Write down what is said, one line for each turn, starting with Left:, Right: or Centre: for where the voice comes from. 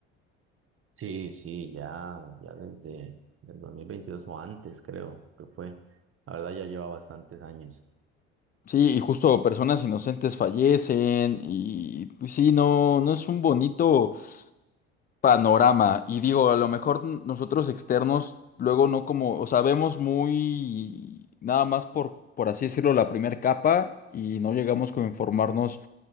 Right: Sí, sí, ya, ya desde el 2022 o antes, creo que fue. La verdad ya lleva bastantes años.
Left: Sí, y justo personas inocentes fallecen y pues sí, no, no es un bonito panorama. Y digo, a lo mejor n- nosotros externos luego no como, o sea, vemos muy nada más por, por así decirlo, la primera capa y no llegamos como a informarnos